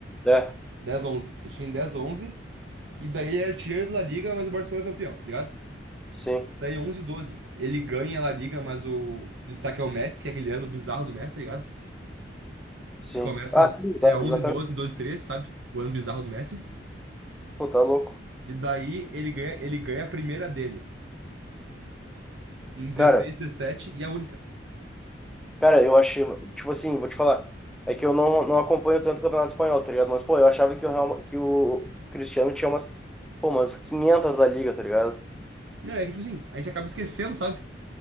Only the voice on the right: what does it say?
dez onze Ele chega em 10 onze e daí ele é artilheiro da La Liga, mas o Barcelona é campeão, tá ligado?
Daí 11 12 Ele ganha a La Liga, mas o destaque é o Messi, que é aquele ano bizarro do Messi, tá ligado?
Que começa,
é 11,
12, 12, treze sabe? O ano bizarro do Messi.
E daí ele ganha, ele ganha a primeira dele, em 16,
17, e a única.
Meu, é que tipo assim, a gente acaba esquecendo, sabe?